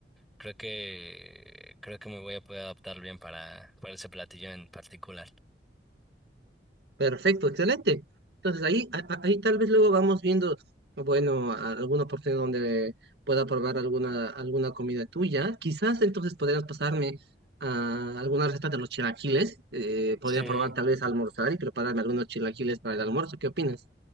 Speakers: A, in the centre; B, on the right.
A: creo que creo que me voy a poder adaptar bien para, para ese platillo en particular.
B: Perfecto, excelente. Entonces ahí, a- a- ahí tal vez luego vamos viendo, bueno, a- alguna oportunidad donde pueda probar alguna, alguna comida tuya. Quizás entonces podrías pasarme a alguna receta de los chilaquiles. Eh, podría
A: Sí,
B: probar tal vez almorzar y prepararme algunos chilaquiles para el almuerzo. ¿Qué opinas?